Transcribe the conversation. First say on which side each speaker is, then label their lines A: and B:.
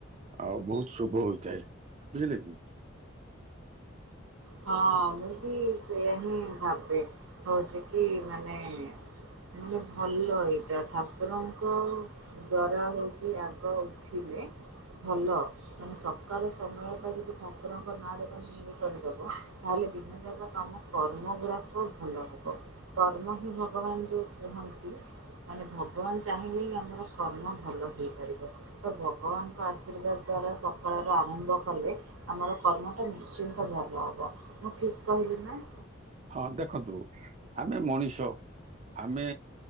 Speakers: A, on the right; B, on the right.
A: ଆଉ ବୋହୁତ ଶୁଭ ହୋଇଥାଏ ବୁଝିଲେିଲେ କି।
B: ହଁ ମୁଁ ବି ସେଇୟା ହିଁ ଭାବେ ହୋଉଚି କି ମାନେ ମାନେ ଭଲ ଏଇଟା ଠାକୁରଙ୍କ ଧର ହୋଉଚି ଆଗ ଉଠିଲେ ଭଲ ମାନେ ସକାଳ ସମୟଟା ଯଦି ଠାକୁରଙ୍କ ନାଁରେ ତମେ ଇଏ କରି ବ ତାହେଲେ ଦିନ ଯାଗା ଆମ କର୍ମ ଗୁଡାକ ଭଲ ହବ। କର୍ମ ହି ଭଗବାନ ଯୋଉ କୁହନ୍ତି। ମାନେ ଭଗବାନ ଚାହିଁଲେ ହିଁ ଆମର କର୍ମ ଭଲ ହେଇପାରିବ। ତ ଭଗବାନଙ୍କ ଆଶୀର୍ବାଦ୍ ଦ୍ଵାରା ସଖାଳର ଆରମ୍ଭ କଲେ। ଆମର କର୍ମଟା ନିଶ୍ଚିନ୍ତ ଭଲ ହବ। ମୁଁ ଠିକ୍ କହିଲି ନା?
A: ହଁ ଦେଖନ୍ତୁ ଆମେ ମଣିଷ ଆମେ